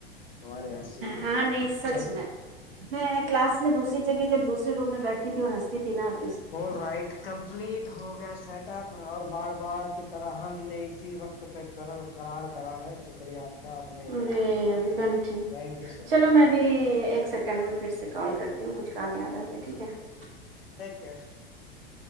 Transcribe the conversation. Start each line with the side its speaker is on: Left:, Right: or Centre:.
Left: تمہاری ہنسی
Right: ہاں نہیں سچ
Left: چل
Right: میں <unintelligible> میں کلاس میں دوسری جگہ جب دوسری روم میں بیٹھتی تھی اور ہنستی تھی نہ <unintelligible>
Left: آلرائٹ کمپلیٹ ہو گیا سیٹ اپ اور بار بار کی طرح ہم نے اسی وقت پہ کرو <unintelligible> کررار کرا ہے شکریہ <unintelligible> اقرار
Right: ارے
Left: کرا
Right: ابھی
Left: ہے
Right: کرنی تھی
Left: تھینک یو سو
Right: چلو
Left: مچ
Right: میں بھی ایک سیکنڈ میں پھر سے کال کرتی ہوں کچھ کام یاد آ گیا ٹھیک ہے <unintelligible>
Left: کے <unintelligible>